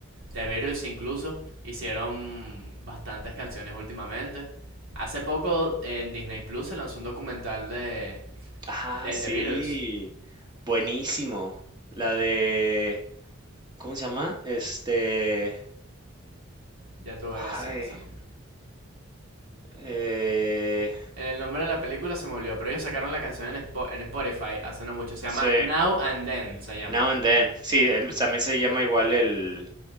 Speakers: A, on the right; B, on the right.
A: The Beatles incluso hicieron bastantes canciones últimamente. Hace poco en Disney Plus se lanzó un documental de,
B: Ah,
A: de
B: sí.
A: The Beatles.
B: Buenísimo. La de... ¿Cómo se llama? Este...
A: Ya te voy
B: Ay.
A: a decir. se me-
B: eh,
A: El nombre de la película se me olvidó, pero ellos sacaron la canción en, Spo- en Spotify hace no mucho. Se llama
B: sí.
A: Now and Then, se llama.
B: Now and Then. Sí, él- también se llama igual el,